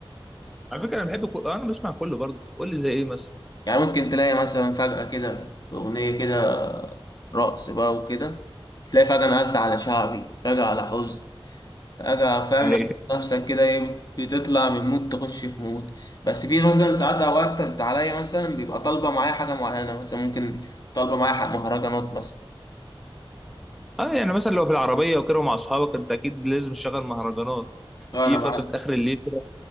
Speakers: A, in the centre; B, on the left.
A: على فكره انا بحب كل... آه، انا بسمع كله برضه قول لي زي ايه مثلا
B: يعني ممكن تلاقي مثلا فجاه كده اغنيه كده رقص بقى وكده تلاقي فجاه انا قاعد على شعبي فجاه على حزن فجاه فاهم
A: أيوة.
B: نفسك كده ايه بتطلع من مود تخش في مود بس في مثلا ساعات اوقات انت عليا مثلا بيبقى طالبه معايا حاجه معينه مثلا ممكن طالبه معايا حق مهرجانات بس
A: اه يعني مثلا لو في العربيه وكده ومع اصحابك انت اكيد لازم تشغل مهرجانات
B: انا
A: في
B: بع-
A: فتره اخر الليل كده